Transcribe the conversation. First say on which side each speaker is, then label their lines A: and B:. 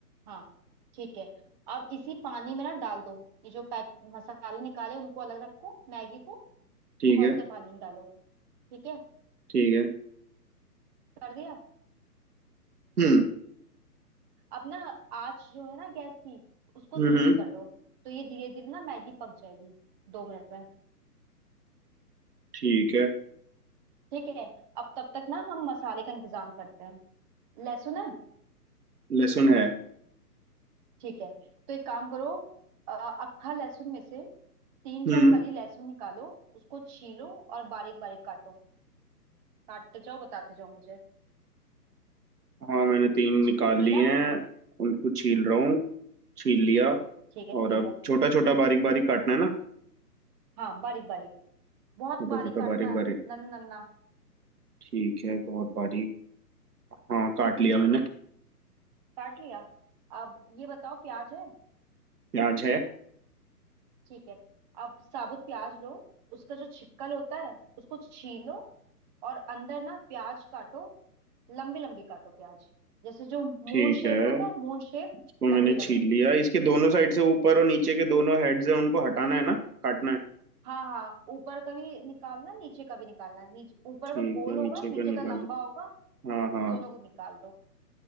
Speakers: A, on the right; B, on the right.
A: हाँ ठीक है अब इसी पानी में ना डाल दो ये जो पैक मसाले निकाले उनको अलग रखो मैगी को
B: ठीक
A: खौलते
B: है
A: पानी में डालो ठीक है
B: ठीक है
A: कर दिया
B: हम्म
A: अब ना आँच जो है ना गैस की उसको
B: हम्म
A: धीमी
B: हम्म,
A: कर दो तो ये धीरे धीरे ना मैगी पक जाएगी दो मिनट में
B: ठीक है
A: ठीक है अब तब तक ना हम मसाले का इंतजाम करते हैं लहसुन है
B: लहसुन है
A: ठीक है तो एक काम करो अ, अक्खा लहसुन में से तीन चार
B: हम्म
A: कली लहसुन निकालो उसको छीलो और बारीक बारीक काटो काटते जाओ बताते जाओ मुझे
B: हाँ मैंने तीन निकाल
A: छीला
B: लिए हैं उनको छील रहा हूँ छील लिया
A: ठीक है छीलो
B: और अब छोटा छोटा बारीक बारीक काटना है ना
A: हाँ बारीक बारीक बहुत
B: छोटा
A: बारीक
B: छोटा
A: काटना
B: बारीक बारीक
A: नन्ना नन्ना
B: ठीक है बहुत बारीक हाँ काट लिया मैंने
A: काट लिया अब ये बताओ प्याज है
B: प्याज है
A: ठीक है अब साबुत प्याज लो उसका जो छिक्कल होता है उसको छीलो और अंदर ना प्याज काटो लंबी लंबी काटो प्याज जैसे जो मून
B: ठीक
A: शेप
B: है
A: होता है मून शेप
B: इसको
A: लंबी
B: मैंने
A: लंबी
B: छील लिया इसके दोनों साइड से ऊपर और नीचे के दोनों हेड्स हैं उनको हटाना है ना काटना है
A: हाँ हाँ ऊपर का भी निकालना नीचे का भी निकालना नीचे ऊपर
B: ठीक
A: का गोल
B: है
A: होगा
B: नीचे
A: नीचे
B: का निकाली
A: का लंबा होगा
B: हाँ हाँ
A: दोनों को निकाल दो